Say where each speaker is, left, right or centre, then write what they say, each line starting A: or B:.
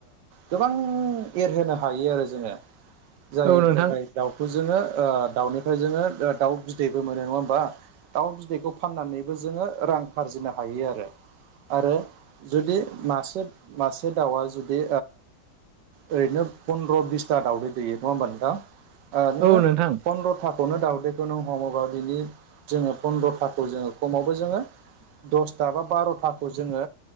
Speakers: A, on the right; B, on the right.
A: गोबां एरहोनो हायो आरो जोङो जायनि
B: औ नोंथां
A: थाखाय दाउखौ जोङो दाउनिफ्राय जोङो दाउ बिदैबो मोनो नङा होमबा। दाउ बिदैखौ फाननानैबो जोङो रां आरजिनो हायो आरो। आरो जुदि मासे मासे दाउआ जुदि ओरैनो फन्द्र' बिसथा दाावदै दैयो नङा होमबा नोंथां नोङो
B: औ नोंथां
A: फन्द्र'था खौनो दाावदैखौ नों हमोबा बिनि जोङो फन्द्र'थाखौ जोङो खमावबो जोङो। दसथा बा बार'थाखौ जोङो